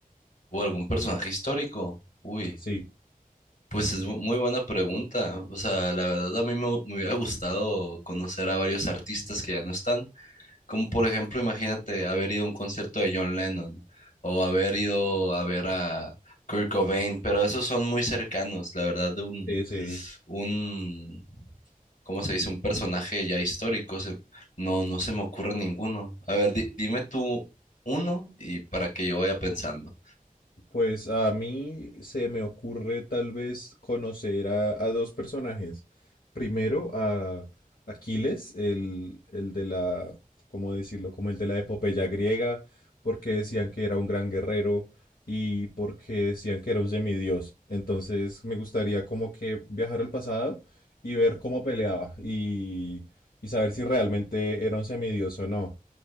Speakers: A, on the left (about 60°); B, on the left (about 80°).
A: ¿O algún personaje histórico? Uy,
B: Sí,
A: pues es mu- muy buena pregunta. O sea, la verdad a mí me, hu- me hubiera gustado conocer a varios artistas que ya no están. Como por ejemplo, imagínate haber ido a un concierto de John Lennon o haber ido a ver a Kurt Cobain, pero esos son muy cercanos, la verdad, de un,
B: sí, sí.
A: un, ¿cómo se dice? Un personaje ya histórico. se- no, no se me ocurre ninguno. A ver, di- dime tú uno y para que yo vaya pensando.
B: Pues a mí se me ocurre tal vez conocer a, a dos personajes. Primero a Aquiles, el, el de la, ¿cómo decirlo? Como el de la epopeya griega, porque decían que era un gran guerrero y porque decían que era un semidios. Entonces me gustaría como que viajar al pasado y ver cómo peleaba y, y saber si realmente era un semidios o no.